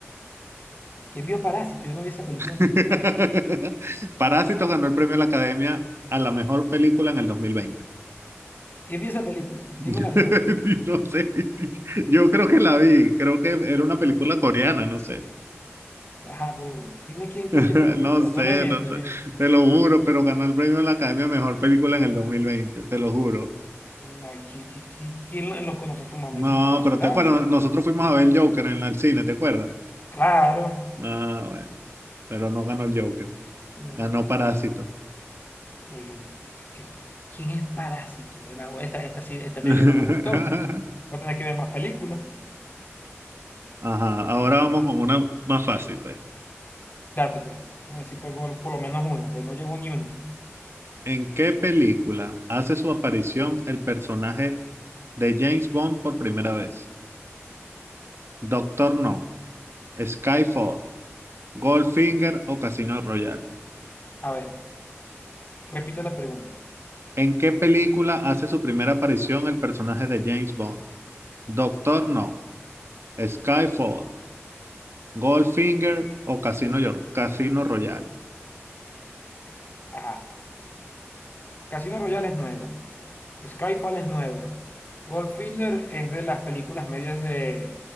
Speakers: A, on the left; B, on the right.
A: ¿Quién vio Parásito? Yo no vi esa película ni
B: <laughs>
A: siquiera.
B: Parásitos ganó el premio de la Academia a la mejor película en el 2020.
A: ¿Quién vio esa película? Dime
B: <laughs>
A: la verdad.
B: No sé, yo creo que la vi, creo que era una película coreana, no sé,
A: Ajá, pero dime quién, quién
B: <laughs>
A: vio esa película.
B: no sé,
A: No me mientas.
B: no sé, te lo juro, pero ganó el premio de la Academia a mejor película en el 2020. te lo juro.
A: No, ¿y qui- qui- qui- quién, lo lo conoce? ¿Su mamá
B: No,
A: y su papá
B: pero
A: será?
B: te acuerdas, nosotros fuimos a ver el Joker en el cine, ¿te acuerdas?
A: Claro.
B: Ah, bueno, pero no ganó el Joker,
A: Mm,
B: ganó
A: No,
B: Parásito.
A: y- y- que- ¿quién es Parásito? Eh, no, Esta, esta, sí- esta
B: <laughs>
A: trivia no me gustó. Voy a tener que ver más películas.
B: Ajá, ahora vamos con una más fácil, pues.
A: Date, pues. Vamos a ver si pegó por lo menos una, pues no llevo ni una.
B: ¿En qué película hace su aparición el personaje de James Bond por primera vez? Doctor No, Skyfall, Goldfinger o Casino Royale.
A: A ver, repite la pregunta.
B: ¿En qué película hace su primera aparición el personaje de James Bond? Doctor No, Skyfall, Goldfinger o Casino, Yor- Casino Royale.
A: Ajá. Casino Royale es nueva. Skyfall es nueva. Goldfinger es de las películas medias de,